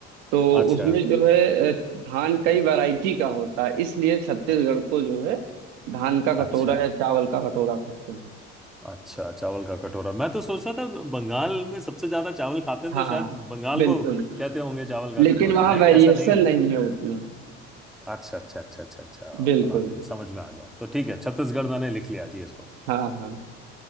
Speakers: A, on the right (about 65°); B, in the centre.
A: तो
B: अच्छा
A: उसमें जो है अ, धान कई वैरायटी का होता है इसलिए छत्तीसगढ़ को जो है धान का कटोरा
B: अच्छा
A: या चावल का कटोरा कहते हैं
B: अच्छा चावल का कटोरा मैं तो सोचता था बंगाल में सबसे ज्यादा चावल खाते हैं
A: हाँ
B: तो शायद बंगाल
A: बिल्कुल
B: को कहते होंगे चावल का
A: लेकिन
B: कटोरा
A: वहाँ
B: नहीं
A: वेरिएशन
B: ऐसा नहीं है
A: नहीं है उतना
B: अच्छा अच्छा अच्छा अच्छा अच्छा
A: बिल्कुल
B: ओके समझ में आ गया तो ठीक है छत्तीसगढ़ मैंने लिख लिया जी इसको
A: हाँ हाँ